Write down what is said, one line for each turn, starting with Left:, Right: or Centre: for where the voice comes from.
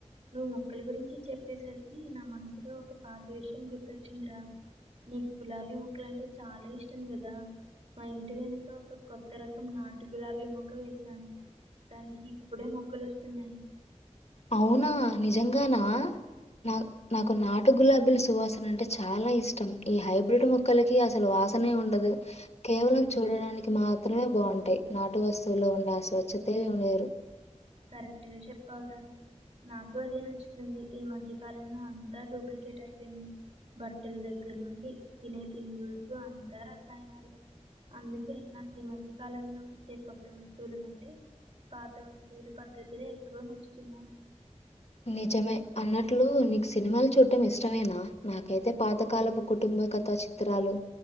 Right: నువ్వు మొక్కల గురించి చెప్పేసరికి నా మనసులో ఒక పాత విషయం గుర్తొచ్చిందిరా నీకు గులాబీ మొక్కలు అంటే చాలా ఇష్టం కదా మా ఇంటి వెనుక ఒక కొత్త రకం నాటు గులాబీ మొక్క వేసాను దానికి ఇప్పుడే మగ్గలు వస్తున్నాయి
Left: అవునా నిజంగానా నా నాకు నాటు గులాబీల సువాసన అంటే చాలా ఇష్టం ఈ హైబ్రిడ్ మొక్కలకి అసలు వాసనే ఉండదు కేవలం చూడడానికి మాత్రమే బాగుంటాయ్ నాటు వస్తువుల్లో ఉండే స్వచ్ఛతే లేరు
Right: కరెక్ట్గా చెప్పావురా నాకు అదే నచ్చుతుంది ఈ మధ్యకాలంలో అంతా డూప్లికేట్ అయిపోయింది బట్టల దగ్గర నుండి తినే తిండి వరకు అంతా రసాయనాలే అందుకే నాకు ఈ మధ్య కాలంలో వచ్చే కొత్త వస్తువుల కంటే పాత వస్ పల పద్ధతిలే ఎక్కువ నచ్చుతున్న
Left: నిజమే అన్నట్లు నీకు సినిమాలు చూడటం ఇష్టమేనా నాకైతే పాతకాలపు కుటుంబ కథ చి చిత్రరాలు